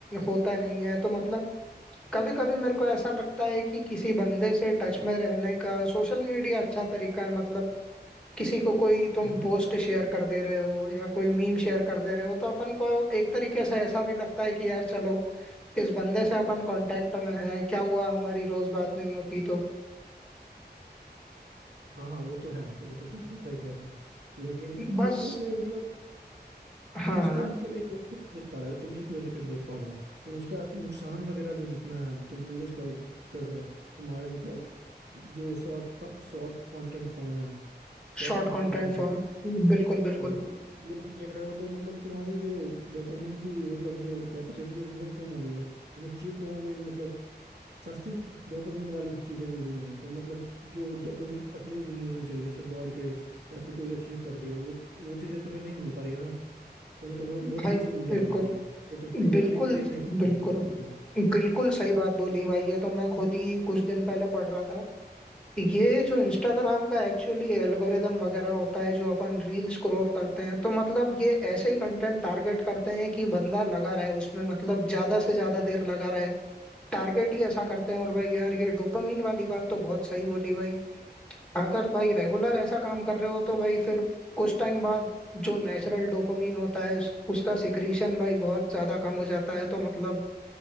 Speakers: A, in the centre; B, on the right.
A: होता नहीं है तो मतलब कभी कभी मेरे को ऐसा लगता है कि किसी बंदे से टच में रहने का सोशल मीडिया अच्छा तरीका है मतलब किसी को कोई तुम
B: हाँ
A: पोस्ट शेयर कर दे रहे हो या कोई मीम शेयर कर दे रहे हो तो अपन को एक तरीके से ऐसा भी लगता है कि यार चलो इस बंदे से अपन कांटेक्ट में हैं क्या हुआ हमारी रोज बात नहीं होती तो
B: हाँ हाँ वो तो है भाई वो तो बिल्कुल सही कह रहे हो लेकिन
A: बस
B: एक तरह से मतलब
A: हाँ
B: उसका
A: हाँ
B: मतलब एक benefit देख पा रहे हो तुम एक बेनिफिट देख पा रहे हो लेकिन उसका नुकसान वगैरह जो जितना है तुम रील्स कर कर रहे हो तुम्हारे मतलब जो शॉर्ट शॉर्ट कंटेंट फॉर्म है शॉर्ट
A: Short
B: फॉर्म
A: content
B: कंटेंट
A: form
B: है
A: बिल्कुल बिल्कुल
B: हम्म, वो तुम देख रहे हो तो मतलब तुम्हारी जो डोपामिन की मतलब जो कैपेसिटी है वो बहुत कम हो गई है तुम्हें चीप डोपामिन मतलब सस्ती डोपामिन वाली चीजें मिल रही हैं तो मतलब जो डोपामिन असली रिलीज होनी चाहिए जैसे दौड़ के या फिर कोई अचीव करके वो वो चीजें तुम्हें नहीं मिल पा रही है ना तुम्हें डोपामिन
A: भाई
B: बहुत इजी मिल जा
A: बिल्कुल
B: रही है तो तुम्हारी
A: बिल्कुल
B: बॉडी क्रेव नहीं कर
A: बिल्कुल
B: पाएगी उसको
A: बिल्कुल सही बात बोली भाई ये तो मैं खुद ही कुछ दिन पहले पढ़ रहा था ये जो इंस्टाग्राम का एक्चुअली एल्गोरिदम वगैरह होता है जो अपन रील स्क्रॉल करते हैं तो मतलब ये ऐसे ही कंटेंट टारगेट करते हैं कि बंदा लगा रहे उसमें मतलब ज्यादा से ज्यादा देर लगा रहे टारगेट ही ऐसा करते हैं और भाई यार ये डोपामिन वाली बात तो बहुत सही बोली भाई अगर भाई रेगुलर ऐसा काम कर रहे हो तो भाई फिर कुछ टाइम बाद जो नेचुरल डोपामिन होता है उस, उसका सिक्रीशन भाई बहुत ज्यादा कम हो जाता है तो मतलब